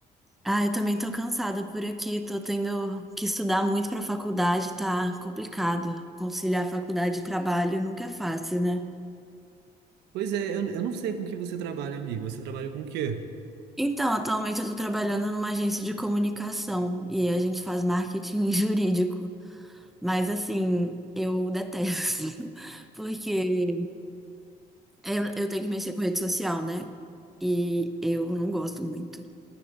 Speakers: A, in the centre; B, on the right.
A: Ah, eu também tô cansada por aqui, tô tendo que estudar muito pra faculdade, tá complicado. Conciliar faculdade e trabalho nunca é fácil, né?
B: Pois é, eu, eu não sei com que você trabalha, amiga. Você trabalha com o quê?
A: Então, atualmente eu tô trabalhando numa agência de comunicação e a gente faz marketing <laughs> jurídico. Mas assim, eu detesto, <laughs> porque É, Eu, eu tenho que mexer com rede social, né? E eu não gosto muito.